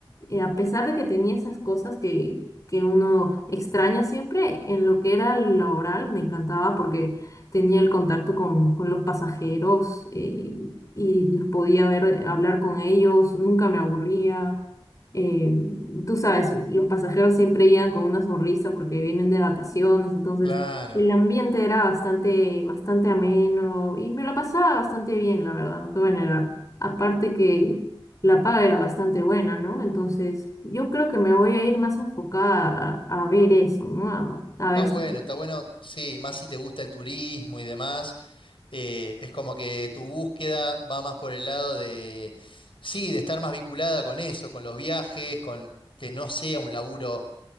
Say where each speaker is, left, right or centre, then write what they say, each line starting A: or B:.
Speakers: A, on the left (about 35°); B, on the left (about 65°).
A: eh, a pesar de que tenía esas cosas que, que uno extraña siempre, en lo que era laboral me encantaba porque tenía el contacto con, con los pasajeros eh, y los podía ver, hablar con ellos, nunca me aburría eh, tú sabes, los pasajeros siempre llegan con una sonrisa porque vienen de vacaciones, entonces
B: claro.
A: el ambiente era bastante, bastante ameno y me la pasaba bastante bien, la verdad, no te voy a negar. Aparte que la paga era bastante buena, ¿no? Entonces yo creo que me voy a ir más enfocada a, a ver eso, ¿no? A, a
B: Está
A: ver
B: bueno,
A: si...
B: está bueno, sí, más si te gusta el turismo y demás. Eh, es como que tu búsqueda va más por el lado de, sí, de estar más vinculada con eso, con los viajes, con que no sea un laburo,